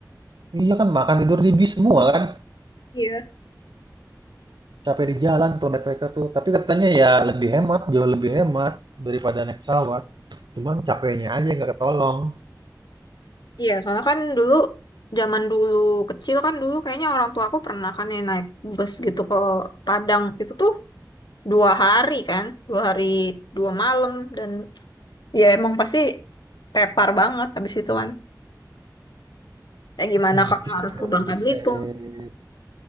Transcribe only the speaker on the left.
Iya,
iya. Soalnya kan dulu zaman dulu kecil kan dulu kayaknya orang tua aku pernah kan ya naik bus gitu ke Padang itu tuh dua hari kan, dua hari dua malam dan ya emang pasti tepar banget abis itu kan. Ya gimana
kalau
harus
ke Bangka
Belitung?